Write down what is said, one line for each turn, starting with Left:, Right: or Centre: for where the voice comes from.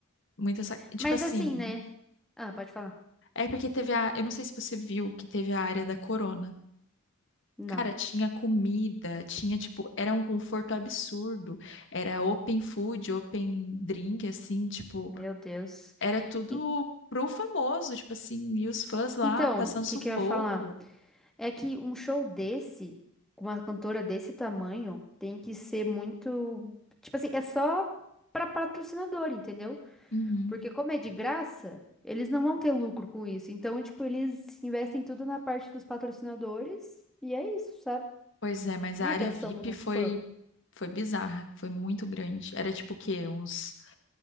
Left: muito essa... Tipo
Centre: Mas
Left: assim...
Centre: assim, né? Ah, pode falar.
Left: É porque teve a. Eu não sei se você viu que teve a área da Corona.
Centre: Não.
Left: Cara, tinha comida, tinha, tipo, era um conforto absurdo. Era open food, open drink, assim, tipo,
Centre: Meu Deus.
Left: era tudo
Centre: En-
Left: pro famoso, tipo assim, e os fãs lá
Centre: Então,
Left: passando
Centre: o que
Left: sufoco.
Centre: que eu ia falar? É que um show desse, com uma cantora desse tamanho, tem que ser muito. Tipo assim, é só pra patrocinador, entendeu?
Left: Uhum.
Centre: Porque como é de graça, eles não vão ter lucro com isso. Então, tipo, eles investem tudo na parte dos patrocinadores e é isso, sabe?
Left: Pois é, mas a
Centre: Não
Left: área
Centre: é pensando
Left: VIP
Centre: no
Left: foi
Centre: fã.
Left: foi bizarra, foi muito grande. Era tipo o quê? Uns,